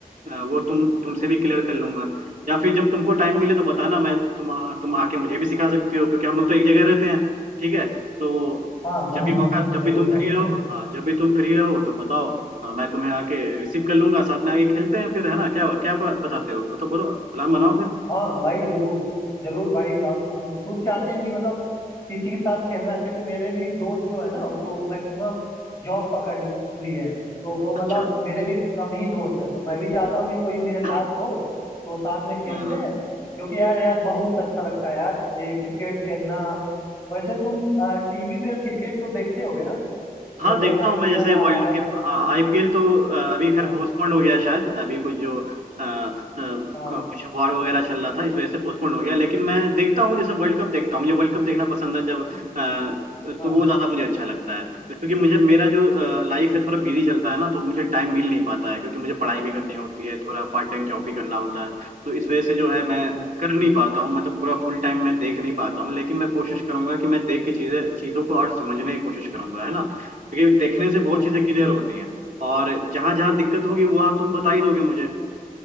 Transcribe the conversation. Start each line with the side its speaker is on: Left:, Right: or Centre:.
Right: अ, वो तुम तुमसे भी क्लियर कर लूंगा या फिर जब तुमको टाइम मिले तो बताना मैं तुम आ, तुम आके मुझे भी सिखा सकते हो क्योंकि हम लोग तो एक जगह रहते हैं ठीक है तो
Left: हाँ हाँ,
Right: जब भी मौका जब
Left: जरूर
Right: भी तुम
Left: भाई
Right: फ्री रहो हाँ जब भी तुम फ्री रहो तो बताओ हाँ, मैं तुम्हें आके रिसीव कर लूंगा साथ में आके खेलते हैं फिर है ना क्या क्या बताते हो वो तो बोलो प्लान बनाओ फिर
Left: हाँ भाई जरूर जरूर भाई हम खुद चाहते हैं कि मतलब किसी के साथ खेलना क्योंकि मेरे भी दोस्त जो है ना वो मैक्सिमम जॉब पकड़ लि- लिए हैं तो वो मतलब
Right: अच्छा
Left: मेरे भी कम ही दोस्त हैं तो मैं भी चाहता हूँ कि कोई मेरे साथ
Right: <clears throat>
Left: हो तो साथ में खेलते
Right: हम्म
Left: हैं क्योंकि यार यार बहुत अच्छा लगता है यार ये क्रिकेट खेलना वैसे तुम टीवी पे क्रिकेट तो देखते होगे ना
Right: हाँ
Left: जैसे
Right: देखता
Left: आईपीएल
Right: हूँ मैं जैसे
Left: आ
Right: वर्ल्ड
Left: रहा है
Right: के हाँ आईपीएल तो अ, अभी खैर
Left: हाँ
Right: पोस्टपोन्ड हो गया शायद अभी कुछ जो अ, अ, अ,
Left: हाँ
Right: कुछ वार वगैरह चल रहा था इस वजह से पोस्टपोन्ड हो गया लेकिन मैं देखता हूँ जैसे वर्ल्ड कप देखता हूँ मुझे वर्ल्ड कप देखना पसंद है जब अ,
Left: हाँ
Right: तो वो ज़्यादा मुझे अच्छा लगता है क्योंकि मुझे मेरा जो लाइफ है थोड़ा बिजी चलता है ना तो मुझे टाइम मिल नहीं पाता है क्योंकि मुझे पढ़ाई भी करनी होती है थोड़ा पार्ट टाइम जॉब भी करना होता है तो इस वजह से जो है मैं
Left: हाँ
Right: कर नहीं पाता हूँ मतलब पूरा फुल टाइम मैं देख नहीं पाता हूँ लेकिन मैं कोशिश करूंगा कि मैं देख के चीजें चीजों को और समझने की कोशिश करूंगा है ना क्योंकि देखने से बहुत
Left: हाँ
Right: चीजें क्लियर होती हैं और जहां जहां दिक्कत होगी वहां तुम बता ही दोगे मुझे